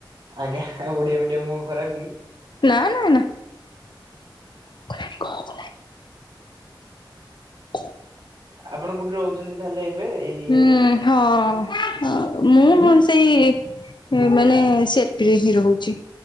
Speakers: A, on the right (about 65°); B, on the left (about 65°).
A: ଆଜ୍ଞା ଓଡିଆ ମିଡିୟମ କଣ ଖରାପ କି?
B: ନା ନା ନା। <unintelligible> <inaudible>
A: ଆପଣ କୋଉଠି ରହୁଛନ୍ତି ତାହେଲେ ଏବେ ଏଇ ଇଏରେ?
B: ହୁଁ ହଁ ମୁଁ ସେଇ ମୁଁ ମାନେ ସିଆରପିରେ ହିଁ ରହୁଛି।